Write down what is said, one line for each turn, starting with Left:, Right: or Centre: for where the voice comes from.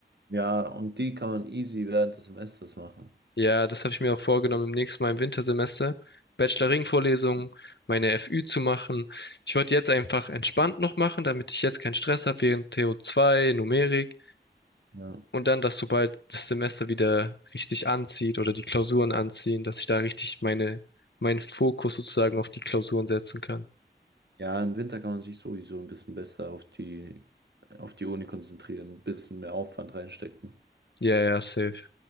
Right: Ja, und die kann man easy während des Semesters machen.
Left: Ja, das habe ich mir auch vorgenommen, im nächsten Mal im Wintersemester Bacheloring-Vorlesungen, meine FÜ zu machen. Ich wollte jetzt einfach entspannt noch machen, damit ich jetzt keinen Stress habe während to zwei, Numerik
Right: Ja.
Left: und dann, dass sobald das Semester wieder richtig anzieht oder die Klausuren anziehen, dass ich da richtig meine, meinen Fokus sozusagen auf die Klausuren setzen kann.
Right: Ja, im Winter kann man sich sowieso ein bisschen besser auf die, auf die Uni konzentrieren, ein bisschen mehr Aufwand reinstecken.
Left: Ja, ja, safe.